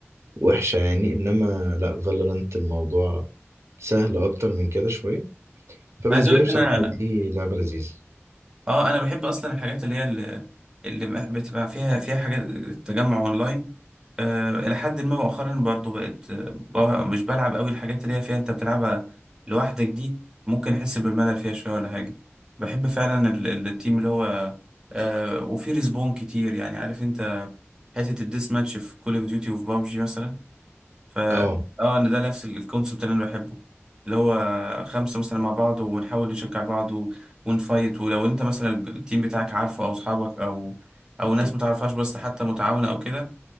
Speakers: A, on the right (about 75°); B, on the right (about 15°).
A: وحشة يعني انما لا فالورانت الموضوع سهل اكتر من كده شوية فبالنسبة
B: عايز اقول
A: لي
B: لك
A: بصراحة
B: انا
A: دي لعبة لذيذة
B: اه انا بحب اصلا الحاجات اللي هي اللي, اللي بتبقى فيها فيها حاجات تجمع اونلاين آه الى حد ما مؤخرا برضو بقت آه، بقى- مش بلعب قوي الحاجات اللي هي فيها انت بتلعبها لوحدك دي ممكن احس بالملل فيها شويه ولا حاجه بحب فعلا ال- ال- التيم اللي هو آه وفي ريسبون كتير يعني عارف انت حته الديس ماتش في كول اوف ديوتي وفي بابجي مثلا ف
A: اه
B: اه ان ده نفس الكونسبت اللي انا بحبه اللي هو خمسة مثلا مع بعض ونحاول نشجع بعض و- ونفايت ولو انت مثلا التيم بتاعك عارفه او اصحابك او او ناس متعرفهاش بس حتى متعاونة او كده